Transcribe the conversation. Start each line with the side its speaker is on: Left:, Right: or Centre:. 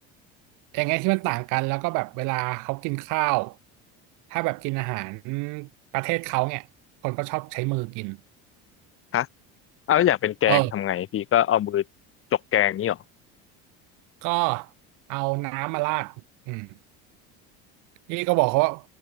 Right: อย่างเงี้ยที่มันต่างกันแล้วก็แบบเวลาเขากินข้าวถ้าแบบกินอาหารประเทศเขาเนี่ยคนก็ชอบใช้มือกิน
Left: ฮะ อ้าวแล้วอยากเป็นแกงทำไงพี่ก็เอามือ
Right: เออ
Left: จกแกงนี่หรอ
Right: ก็เอาน้ำมาราดอืม พี่ก็บอกเขาว่า